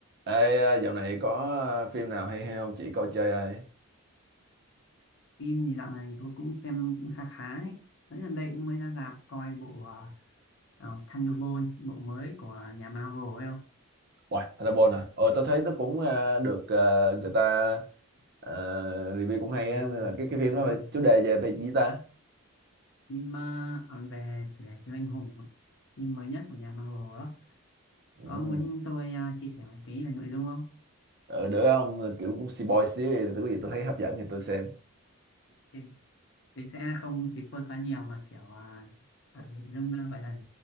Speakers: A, on the right; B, on the left.
A: Ê, à, dạo này có à, phim nào hay hay không chỉ coi chơi ai?
B: phim gì dạo này tôi cũng xem cũng khá khá ấy. Mấy lần đây cũng mới ra rạp coi bộ ờ, ờ, Thunderbolts bộ mới của nhà Marvel ấy không
A: Hoài, Thunderbolt à? Ờ, tôi thấy nó cũng à, được à, người ta à, review cũng
B: Ừ,
A: hay
B: review
A: á, nên là cái cái phim
B: đúng
A: đó là
B: rồi
A: chủ đề về về gì ta?
B: phim ờ, về chủ đề siêu anh hùng ấy. phim mới nhất của nhà Marvel đó
A: Ừ.
B: có muốn tôi ờ, chia sẻ một tí về nội dung không
A: Ờ, được không? Kiểu cũng boy xíu, thì tôi có gì tôi thấy hấp dẫn thì tôi xem.
B: thì, thì sẽ không spoil quá nhiều mà kiểu ờ, ờ, nội dung ờ, gọi là